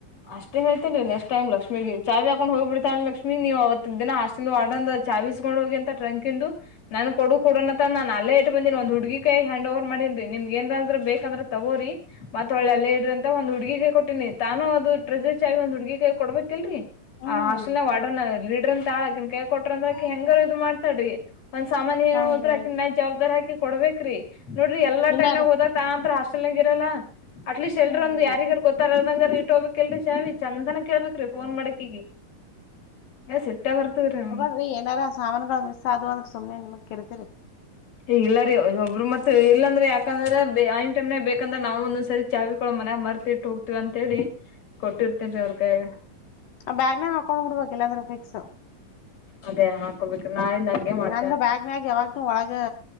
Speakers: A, on the left (about 40°); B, on the left (about 80°).
A: ಅಷ್ಟೇ ಹೇಳ್ತೀನ್ರೀ ನೆಕ್ಸ್ಟ್ ಟೈಮ ಲಕ್ಷ್ಮೀ ಚಾವಿ ಹಾಕೊಂಡು ಹೋಗಿ ಬಿಡ್ತಾಳ ಲಕ್ಷ್ಮಿ ನೀ ಅವವತ್ ದಿನ ಆಷ್ಟ. ನೀ ವಾರ್ಡನದು ಜಾವಿ ಇಸ್ಕೊಂಡು ಹೋಗಿ ಅಂತ ಟ್ರಂಕ ಇಂದು. ನನ್ ಕೊಡು ಕೊಡೋನತ್ರ ನಾನನ್ ಅಲ್ಲೇ ಇಟ್ಟ ಬಂದಿನಿ ಒಂದ್ ಹುಡ್ಗ ಕಾಯಿ ಹ್ಯಾಂಡ್ಓವರ್ ಮಾಡಿನ್ರಿ ನಿಮ್ಗೆ ನ್ ಅಂದ್ರ ಬೇಕಂದ್ರೆ ತಗೋರಿ. ಮತ್ತ ಒಳ್ಳೆಲ್ಲ
B: ಹ್ಮ್
A: ಇಡ್ರಿ ಅಂತ ಒಂದ್ ಹುಡುಗಿಗೆ ಕೊಟ್ಟಿನಿ ತಾನು ಅದು ಟ್ರೆಸರ್ ಚಾವಿ ಒಂದ್ ಹುಡ್ಗಿಗೆ ಕೊಡ್ಬೇಕಲ್ರರಿ.
B: ಹ್ಮ್
A: ಆ ಹಾಸ್ಟೆಲ್ ವಾರ್ಡನ್ ಲೀಡ್ರನ್ ತಾಳಗನ್ ಹಕ್ಕಿನ ಕೈಯಲ್ಲಿ ಕೊಟ್ರ ಅಂದ್ರ. ಹಾಕಿ ಹೆಂಗಾರ
B: ಹ್ಮ್
A: ಇದು ಮಾಡ್ತಾ್ರಿ ಒಂದ್ ಸಾಮಾನನ್ ಏನ್
B: ಹೌದೌದು
A: ಹೋದ್ರಕ ನ ಜವಾಬ್ದಾರಿ ಹಾಕಿ ಕೊಡ್ಬೇಕ್ರಿ. ನೋಡ್ರಿ ಎಲ್ಲ
B: ಇಲ್ಲಾರಿ
A: ಟೈ್ನಾಗ ಹೋದಾಗ ತಾಂತ್ರ ಹಾಸ್ಟೆಲ್ನಾಗ ಇರಲ್ಲ ಅಟ್ಲೀಸ್ಟ್
B: ಹ್ಮ್
A: ಎಲ್ರ
B: ಹ್ಮ್
A: ಒಂದು ಯಾರಿಗಾರ ಗೊತ್ತಲ್ಲ. ನಂಗಾದ್ರೂ ಇಟ್ ಹೋಗಬಕಲ್ರಿ ಚಾವಿ ಚಂತೆನ ಕೇಳ್ಬೇಕ. ಎ ಫೋನ್
B: ಹ್ಮ್
A: ಮಾಡಕ್ಕಿಗಿ ಏ ಸಿಟ್ಟ ಬರ್ತದ್ರೀ ನಮ್ಮಗೆ.
B: ಅವಿ ಏನಾರ. ಸಾಮಾನಗಳು ಮಿಸ್ ಆದವ್ ಅಂದ್ರೆ ಸುಮ್ನೆ ನಿಮಗ್ ಕಿರಿಕಿರಿ.
A: ಏ ಇಲ್ಲ ರೀ ಒಬ್ಬರು ಮತ್ ಇಲ್ಲಾಂದ್ರೆ ಯಾಕಂದ್ರೆ ಐನ್ ಟೈಮ್ನೆ ಬೇಕಂದ್ರೆ ನಾವು ಒಂದೊಂದ್ಸರಿ. ಚಾವಿ ಕೊಳ ಮನ್ಯಾಗ ಮರ್ತಿ ಇಟ್ಟ ಹೋಗ್ತಿವ್ ಅಂತೇಳಿ ಕೊಟ್ಟಿರ್ತೇನ್ ರಿ ಅವ್ರ ಕೈಯಗ.
B: ಆ ಬ್ಯಾಗ್ನಾಗ್ ಹಾಕೊಂಡ್ ಬಿಡ್ಬೇಕ್ ಇಲ್ಲಾಂದ್ರೆ ಫಿಕ್ಸ್.
A: ಅದೇ ಹಾಕೋಬೇಕು ನಾಳಿಂದ ಹಂಗೆ ಮಾಡ್ತಿನಿ.
B: ನಂದ ಬ್ಯಾಗ್ ಮ್ಯಾಗ ಯಾವಾಗ್ಲೂ ಒಳಗೆ.